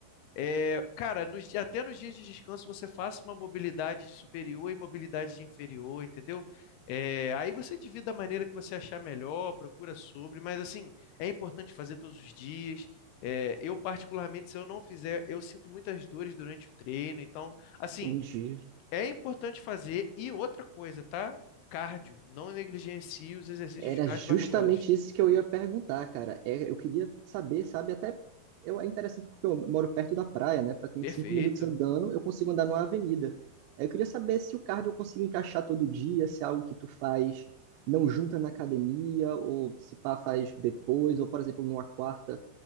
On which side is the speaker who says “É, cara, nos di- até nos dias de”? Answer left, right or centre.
Left